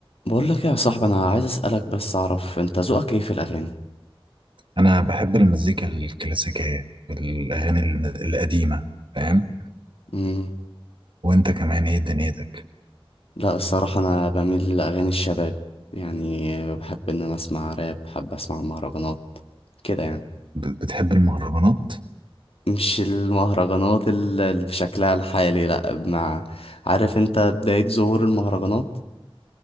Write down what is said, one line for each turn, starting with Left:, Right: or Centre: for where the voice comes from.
Left: بقول لك إيه يا صاحبي انا عايز اسالك بس اعرف انت ذوقك ايه في الاغاني
Right: انا بحب المزيكا الكلاسيكيه الاغاني ال- القديمه فاهم
Left: امم
Right: وانت كمان ايه دنيتك
Left: لا الصراحه انا بميل لاغاني الشباب يعني بحب ان انا اسمع راب بحب اسمع مهرجانات كده يعني
Right: ب- بتحب المهرجانات
Left: مش المهرجانات ال- اللي بشكلها الحالي لا مع عارف انت بدايه ظهور المهرجانات